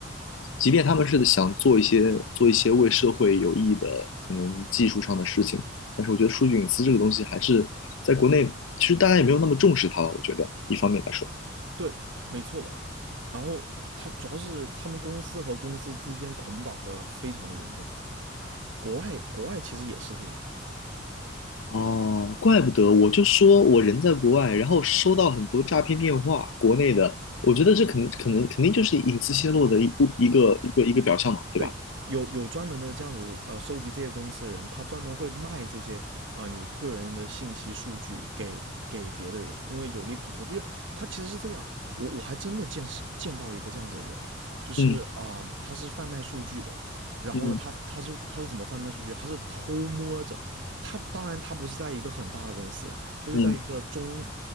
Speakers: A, on the left; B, on the right.
A: 即便他们是想做一些做一些为社会有益的可能技术上的事情，但是我觉得数据隐私这个东西还是在国内，其实大家也没有那么重视它吧，我觉得一方面来说。
B: 对，没错了。然后他们主要是他们公司和公司之间捆绑的非常的严重，国外国外其实也是这样。
A: 哦，怪不得，我就说我人在国外，然后收到很多诈骗电话，国内的，我觉得这肯可能肯定就是隐私泄露的一部一个一个一个表象嘛，
B: 对，
A: 对吧？
B: 对，有有专门的这样子，呃，收集这些公司的人，他专门会卖这些，呃，你个人的信息数据给给别的人，因为有利可图。这个他其实是这样，我我还真的见识见到一个这样子的人，就是啊、
A: 嗯
B: 呃他是贩卖数据的，然后呢，
A: 嗯
B: 他他是他是怎么贩卖数据？他是偷摸着，他当然他不是在一个很大的公司，他就在一个中
A: 嗯